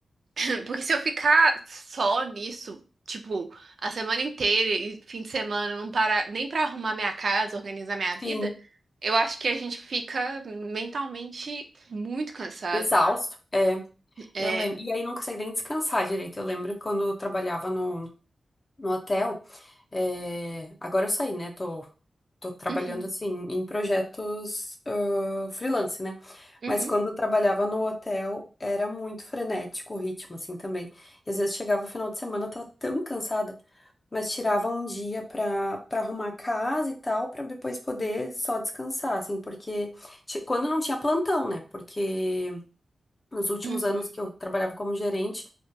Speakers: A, on the right; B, on the left.
A: <clears throat> Porque se eu ficar só nisso, tipo, a semana inteira e fim de semana, não parar nem pra arrumar minha casa, organizar minha vida,
B: Sim,
A: eu acho que a gente fica mentalmente muito cansado.
B: exausto. É,
A: É.
B: eu lembro. E aí não consegue nem descansar direito. Eu lembro quando eu trabalhava no, no hotel. é, agora eu saí, né? Tô tô trabalhando
A: Uhum,
B: assim em projetos ah, freelance, né?
A: uhum,
B: Mas quando eu trabalhava no hotel era muito frenético o ritmo, assim também. E às vezes chegava o final de semana, eu tava tão cansada, mas tirava um dia pra, pra arrumar a casa e tal, pra depois poder só descansar, assim, porque ti- quando não tinha plantão, né? Porque nos últimos
A: uhum.
B: anos que eu trabalhava como gerente,